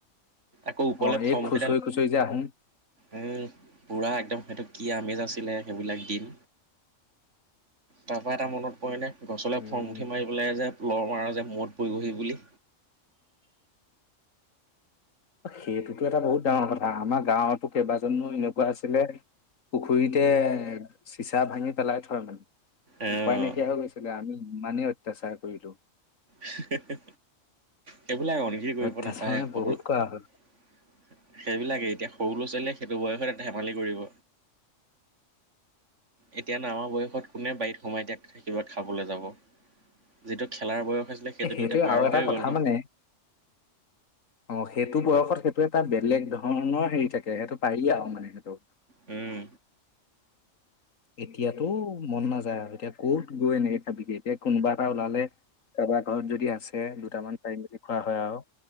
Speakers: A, on the right; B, on the left.
A: আকৌ ওপৰলৈ
B: অ, এই
A: ফৰমুখিডাল।
B: খুচৰি খুচৰি যে আহোম
A: উম পুৰা একদম সেইটো কি আমেজ আছিলে সেইবিলাক দিন তাৰপৰা এটা মনত পৰেনে। গছলৈ
B: উম,
A: ফৰ মুুঠি মাৰিবলৈ যে লৰ মাৰ যে মূৰত পৰিবহি বুলি।
B: সেইটোতো এটা বহুত ডাঙৰ কথা আমাৰ গাঁৱতো কেইবাজনো এনেকুৱা আছিলে পুখুৰীতে চিচা ভাঙি পেলাই থয় মানে।
A: অ',
B: উপায় নাইকিয়া হৈ গৈছিলে আমি মানে অত্যাচাৰ কৰিলো।
A: হে সেইবিলাক অগৰি কৰিব
B: অত্যাচাৰ
A: নাপায়
B: মানে
A: বহুত
B: বহুত কৰা হ'ল।
A: সেইবিলাকে এতিয়া সৰু ল'ৰা ছোৱালীয়ে। সেইটো বয়সতে ধেমালি কৰিব এতিয়া নামা বয়সত কোনে বাৰীত সোমাই কিবা থাকিবা খাবলৈ যাব যিটো খেলাৰ বয়স আছিলে সেইটোতো
B: এ সেইটোৱে
A: এতিয়া পাৰ
B: আৰু এটা
A: হৈয়ে
B: কথা
A: গ'ল ন।
B: মানে অ সেইটো বয়সত সেইটো এটা বেলেগ ধৰণৰ হেৰি থাকে সেইটো পাৰিলে আৰু মানে সেইটো
A: হম
B: এতিয়াতো মন নাযায় আৰু এতিয়া কত গৈ এনেকে খাবিগে এতিয়া কোনোবা এটা ওলালে কাৰোবাৰ ঘৰত যদি আছে দুটামান পাৰি মেলি খোৱা হয় আৰু